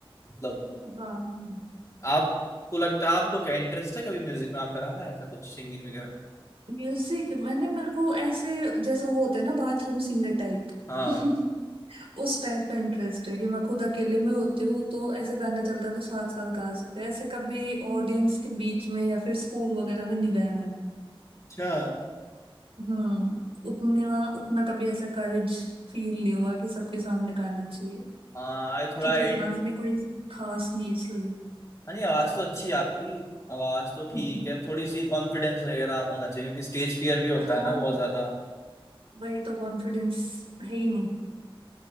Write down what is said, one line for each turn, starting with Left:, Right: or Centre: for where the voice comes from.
Left: मतलब
Right: हाँ
Left: आपको लगता है आपको क्या इंटरेस्ट है कभी म्यूजिक में आप करा रहा है ऐसा कुछ सिंगिंग वगैरह
Right: म्यूजिक मैंने मेरे को ऐसे जैसे वो होते हैं ना बाथरूम सिंगर टाइप
Left: हाँ
Right: <laughs> उस टाइप का इंटरेस्ट है कि मैं खुद अकेले में होती हूँ तो ऐसे गाना चलता है तो साथ साथ गा सकते हैं ऐसे कभी ऑडियंस के बीच में या फिर स्कूल वगैरह में नहीं गाया मैंने
Left: अच्छा
Right: हम्म उतने वहाँ उतना कभी ऐसा करेज फील नहीं हुआ कि सबके सामने गाना चाहिए
Left: हाँ ये थोड़ा
Right: क्योंकि आवाज भी कोई खास नहीं है इसलिए
Left: हाँ नहीं आवाज तो अच्छी है आपकी आवाज तो ठीक
Right: हम्म,
Left: है थोड़ी सी कॉन्फिडेंस वगैरह होना चाहिए क्योंकि स्टेज फियर भी होता
Right: हाँ
Left: है ना बहुत ज्यादा
Right: वही तो कॉन्फिडेंस है ही नहीं